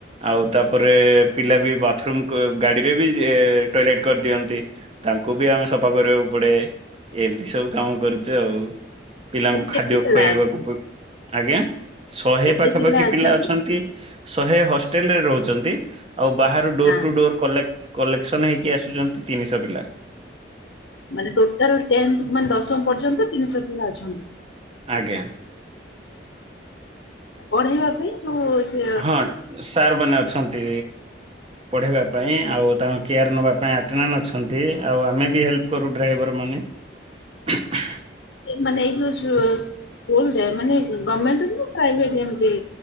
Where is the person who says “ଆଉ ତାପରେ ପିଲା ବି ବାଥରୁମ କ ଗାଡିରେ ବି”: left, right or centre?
Right